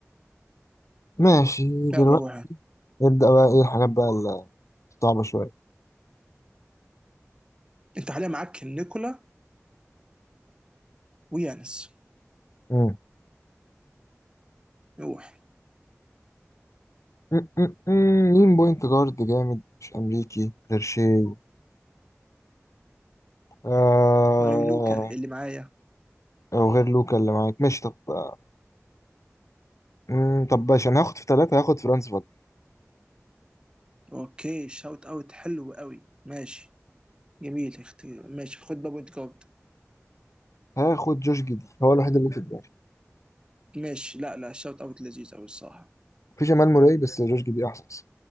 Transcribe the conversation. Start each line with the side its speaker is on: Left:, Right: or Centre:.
Left: ماشي
Right: يلا
Left: دلوقتي
Right: روح
Left: نبدأ بقى ايه الحاجات بقى الصعبة شوية
Right: انت حاليا معاك نيكولا ويانس
Left: مم.
Right: روح
Left: مم، مم، مم. مين بوينت جارد جامد مش أمريكي غير شي آه...
Right: ماريو لوكا اللي معايا
Left: أو غير لوكا اللي معاك ماشي طب آه، مم، طب باشا أنا هاخد في ثلاثة هاخد فرانس فاجنر
Right: اوكي شاوت اوت حلو قوي ماشي جميل اختي ماشي خد بابوينت جارد
Left: هاخد جوش جدي هو الوحيد اللي في دماغي
Right: ماشي لا لا شوت اوت لذيذ قوي الصراحه
Left: في جمال موراي بس جوش جدي أحسن